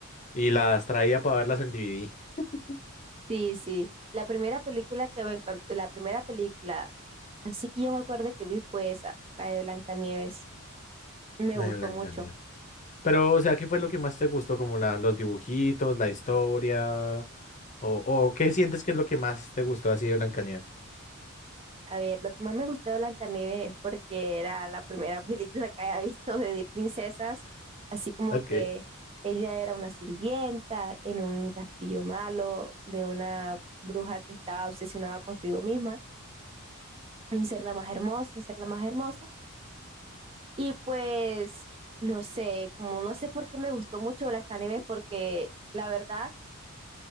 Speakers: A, on the left (about 35°); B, on the right (about 25°).
A: y las traía para verlas en DVD.
B: sí. sí. La primera película que me encon- la primera película, así que yo me acuerdo que vi fue esa, la de Blancanieves. Me
A: La
B: gustó
A: de Blancanieves.
B: mucho.
A: Pero, o sea, ¿qué fue lo que más te gustó? Como la, los dibujitos, la historia, o, o ¿qué sientes que es lo que más te gustó así de Blancanieves?
B: A ver, lo que más me gustó de Blancanieves es porque era la primera <laughs> película que había visto de, de princesas, así como
A: Okay.
B: que ella era una sirvienta en un castillo malo de una bruja que estaba obsesionada consigo misma, en ser la más hermosa, en ser la más hermosa. Y pues, no sé, como no sé por qué me gustó mucho Blancanieves porque la verdad